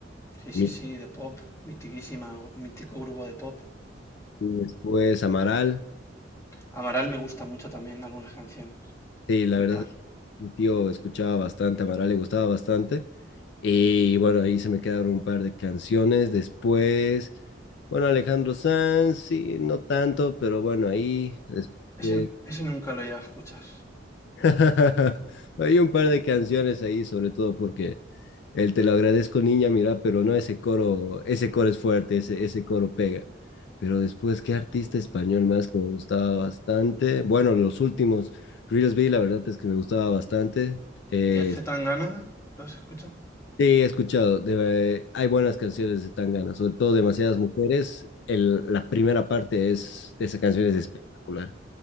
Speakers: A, on the left; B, on the left.
A: sí,
B: Mi-
A: sí, sí, de pop. Mitiquísima, mítico grupo de pop.
B: y Después Amaral.
A: Amaral me gusta mucho también algunas canciones,
B: Sí, la
A: un
B: verdad,
A: par.
B: es que mi tío escuchaba bastante, Amaral le gustaba bastante. Y bueno, ahí se me quedaron un par de canciones. Después, bueno, Alejandro Sanz, sí, no tanto, pero bueno, ahí. después-
A: Ese, ese nunca lo he llegado a escuchar.
B: <laughs> Hay un par de canciones ahí, sobre todo porque El te lo agradezco, niña, mira, pero no, ese coro, ese coro es fuerte, ese, ese coro pega. Pero después, ¿qué artista español más que me gustaba bastante? Bueno, los últimos, Reels B, la verdad es que me gustaba bastante. Eh,
A: ¿Y el C.
B: sí,
A: Tangana? ¿Lo has escuchado?
B: he escuchado, de- hay buenas canciones de Tangana, sobre todo Demasiadas Mujeres. El- la primera parte es, de esa canción es espectacular.